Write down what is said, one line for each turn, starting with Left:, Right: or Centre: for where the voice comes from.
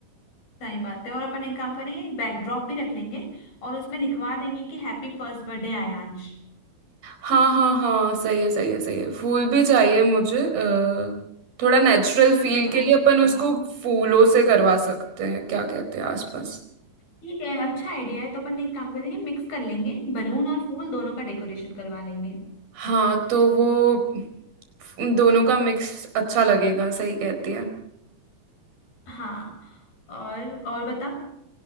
Left: सही बात है और अपन एक काम करें बैकड्रॉप भी रख लेंगे और उसमें लिखवा देंगे कि हैप्पी फर्स्ट बर्थडे आयांश
Right: हाँ हाँ हाँ सही है सही है सही है फूल भी चाहिए मुझे अ, थोड़ा नेचुरल फील
Left: थोड़ा
Right: के लिए अपन उसको
Left: हाँ
Right: फूलों से करवा सकते हैं क्या कहते हैं आसपास
Left: ठीक है अच्छा आइडिया है तो अपन एक काम करेंगे मिक्स कर लेंगे बलून और फूल दोनों का डेकोरेशन करवा लेंगे
Right: हाँ तो वो दोनों का मिक्स अच्छा लगेगा सही कहती है
Left: हाँ और और बता